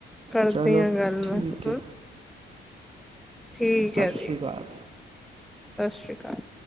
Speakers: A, in the centre; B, on the right.
A: ਕਰਦੀ
B: ਚਲੋ
A: ਆਂ ਗੱਲ
B: ਠੀਕ
A: ਮੈਂ ਹੂੰ
B: ਹੈ
A: ਠੀਕ
B: ਸਤਿ
A: ਹੈ
B: ਸ਼੍ਰੀ
A: ਜੀ,
B: ਅਕਾਲ
A: ਸਸ਼ ਸ਼੍ਰੀ ਕਾਲ।